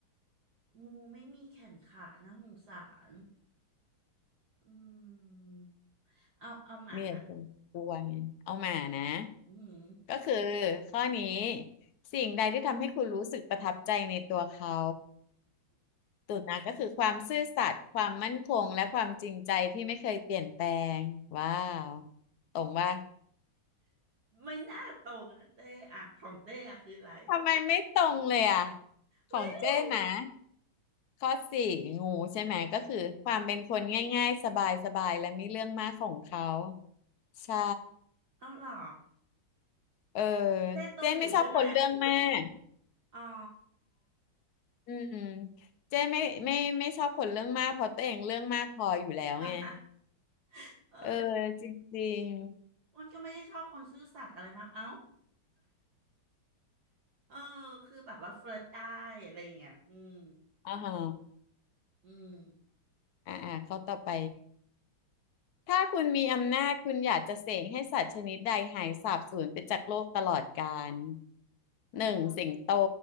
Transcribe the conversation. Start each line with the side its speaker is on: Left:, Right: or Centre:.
Right: งูไม่มีแขนขานะสงสารอืมเอาเอาหมา
Left: เนี่ยคุณกลัวไงเอามานะ
Right: อืม
Left: ก็คือข้อนี้สิ่งใดที่ทำให้คุณรู้สึกประทับใจในตัวเขา ตุนะก็คือความซื่อสัตย์ความมั่นคงและความจริงใจที่ไม่เคยเปลี่ยนแปลงว้าวตรงป่ะ
Right: ไม่น่าตรงนะเจ๊อ่ะของเจ๊อะคืออะไร
Left: ทำไมไม่ตรงเลยอ่ะ
Right: ไม่รู้อะ
Left: ของเจ้นะข้อสี่งูใช่ไหมก็คือความเป็นคนง่ายๆสบายๆและไม่เรื่องมากของเขาใช่
Right: เอาเหรอ
Left: เออ
Right: เจ๊ตรงอยู่ใช่ไหม
Left: เจ้ไม่ชอบคนเรื่องมาก
Right: อ๋อ
Left: อืมเจ้ไม่ไม่ไม่ชอบคนเรื่องมากเพราะตัวเองเรื่องมากพออยู่แล้วไง
Right: <laughs> เออโอเค
Left: เออจริง
Right: อ้วนก็ไม่ได้ชอบคนซื่อสัตย์อะไรมากเอ้า <laughs> เออคือแบบว่าเฟลิร์ตได้อะไรอย่างเงี้ยอืม
Left: ๆอ๋าฮะ
Right: อืม
Left: อ่าอ่าข้อต่อไป ถ้าคุณมีอำนาจคุณอยากจะเสกให้สัตว์ชนิดใดหายสาบสูญไปจากโลกตลอดกาลหนึ่งสิงโต
Right: มันต้อง